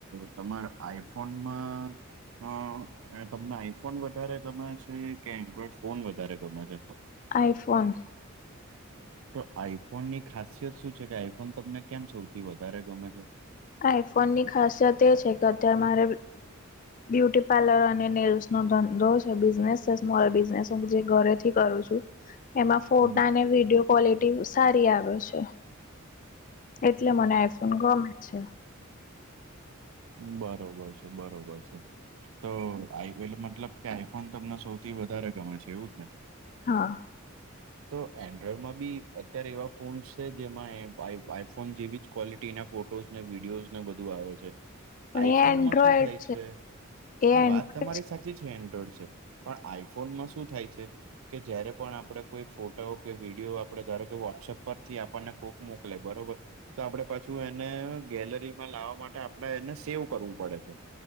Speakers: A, on the right; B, on the left.
A: તમારે આઈફોનમાં હ તમને આઈફોન વધારે ગમે છે કે એન્ડ્રોઈડ ફોન વધારે ગમે છે! !
B: આઈફોન.
A: તો આઈફોન ની ખાસિયત શું છે કે આઈફોન તમને કેમ સૌથી વધારે ગમે છે?
B: આઈફોનની ખાસિયત એ છે કે અત્યારે મારે બ્યુટી પાર્લર અને નેલ્સ નો ધંધો છે બિઝનેસ છે સ્મોલ બિઝનેસ હું જે ઘરેથી કરું છું. એમાં ફોટા
A: હમ,
B: અને વિડીયો ક્વોલિટી સારી આવે છે. એટલે મને આઈફોન ગમે છે.
A: બરોબર છે. બરોબર છે. તો આ એ મતલબ કે આઈફોન તમને સૌથી વધારે ગમે છે એવું જ ને!
B: હા
A: તો એન્ડ્રોઈડમાં બી અત્યારે એવા ફોન્સ છે જેમાં આઈફોન જેવી જ ક્વોલિટીના ફોટોસ ને વિડીયોઝ ને બધું આવે છે.
B: પણ
A: આઈફોનમાં
B: એ એન્ડ્રોઈડ
A: શું થાય છે
B: એ
A: હા
B: એન્ડ્રોઈડ
A: વાત તમારી સાચી છે એન્ડ્રોઈડ છે. પણ આઈફોનમાં શું થાય છે. કે જયારે પણ આપડે કોઈ ફોટો કે વિડીિયો આપડે ધારો કે વોટ્સઅપ પરથી આપણને કોક મોકલે બરોબર તો આપડે પાછું એને ગેલરીમાં લાવવા માટે આપણેે એને સેવ કરવું પડે છે.